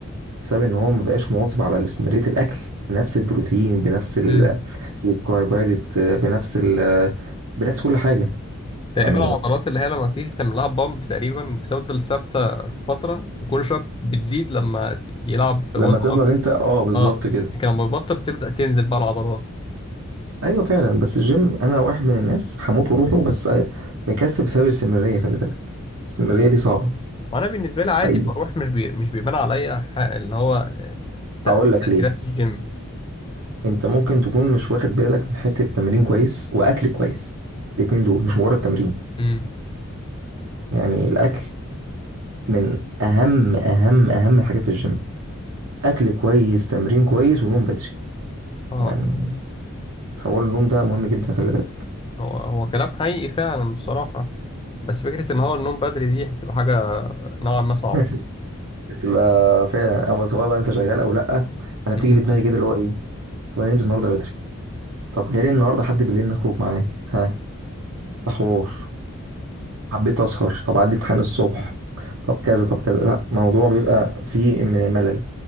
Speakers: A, on the right; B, on the left.
A: بسبب ان هو ما بقاش مواظب على استمراريه الاكل بنفس البروتين بنفس ال-
B: اه
A: الكربوهيدرات بنفس ال بنفس كل حاجه
B: تقريبا
A: يعني
B: العضلات اللي هي لما تيجي تعمل لها بامب تقريبا بتفضل ثابته فتره وكل شويه بتزيد لما يلعب وزن
A: لما تفضل
B: اكبر
A: انت اه بالظبط
B: اه
A: كده
B: لكن لما يبطل بتبدا تنزل بقى العضلات
A: ايوه فعلا بس الجيم انا واحد من الناس هموت وروحه بس مكسب بسبب الاستمراريه خلي بالك الاستمراريه دي صعبه
B: وانا بالنسبه لي عادي
A: حقيقي
B: بروح مش بي... مش بيبان عليا ح- اللي هو آه،
A: هقول
B: تأ-
A: لك
B: تاثيرات
A: ليه
B: الجيم
A: انت ممكن تكون مش واخد بالك من حتة تمرين كويس واكل كويس الاتنين دول مش مجرد تمرين
B: امم
A: يعني الاكل من اهم اهم اهم الحاجات في الجيم اكل كويس تمرين كويس ونوم بدري
B: اه
A: يعني حوار النوم ده مهم جدا خلي بالك
B: هو هو كلام حقيقي فعلا بصراحه بس فكره ان هو النوم بدري دي بتبقى حاجه نوعا ما صعبه
A: <laughs> بتبقى فعلا او سواء بقى انت شغال او لا انا
B: امم
A: بتيجي في دماغي كده اللي هو ايه طب انا نمت النهارده بدري طب جالي النهارده حد بالليل نخرج معاه ها ده حوار حبيت اسهر طب عندي امتحان الصبح طب كذا طب كذا لا موضوع بيبقى فيه من ملل